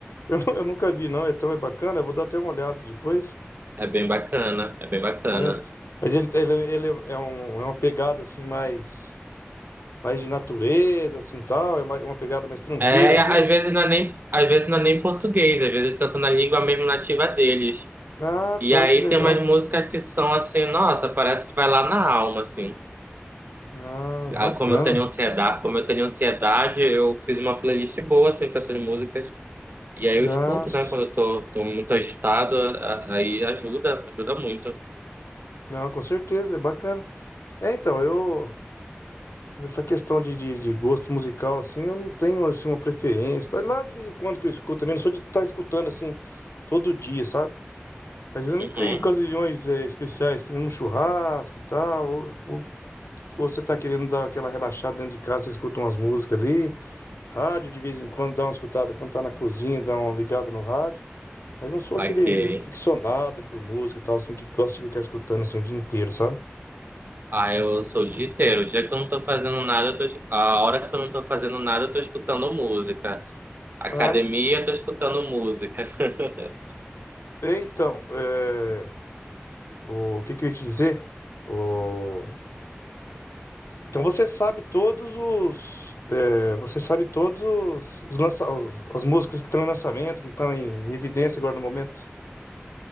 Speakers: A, on the left; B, on the right.
A: Eu, nu- eu nunca vi não, então é bacana, eu vou dar até uma olhada depois.
B: É bem bacana, é bem bacana.
A: É. Mas ele, ele, ele é, um, é uma pegada assim mais, mais de natureza, assim tal, é mais- uma pegada mais tranquila,
B: É,
A: assim.
B: às vezes não é nem, às vezes não é nem português, às vezes cantam na língua mesmo nativa deles.
A: Ah,
B: E
A: tá,
B: aí
A: que legal.
B: tem umas músicas que são assim, nossa, parece que vai lá na alma, assim.
A: Ah, bacana.
B: Ah, como eu tenho ansiedade, como eu tenho ansiedade, eu fiz uma playlist boa assim com essas músicas. E aí
A: Nossa.
B: eu escuto, né? Quando eu tô, tô muito agitado, a- a- aí ajuda, ajuda muito.
A: Não, com certeza, é bacana. É, então, eu nessa questão de, de, de gosto musical, assim, eu não tenho assim uma preferência. Tá Lá de vez em quando que eu escuto também, não sou de estar escutando assim todo dia, sabe? Mas eu, em
B: Uhum.
A: ocasiões eh, especiais, assim, num churrasco, tal, ou você tá querendo dar aquela relaxada dentro de casa, você escuta umas músicas ali, rádio de vez em quando dá uma escutada, quando tá na cozinha, dá uma ligada no rádio. Mas não sou aquele
B: Saquei.
A: aficionado por música e tal, assim, que gosta de ficar escutando assim o dia inteiro, sabe?
B: Ah, eu sou o dia inteiro. O dia que eu não tô fazendo nada, eu tô, es- a hora que eu não tô fazendo nada, eu tô escutando música. Academia,
A: Ah,
B: eu tô escutando música. <laughs>
A: é, então, é, o que que eu ia te dizer? O- Então você sabe todos os, é, você sabe todos os, os lança- os- as músicas que estão em lançamento, que estão em evidência agora no momento?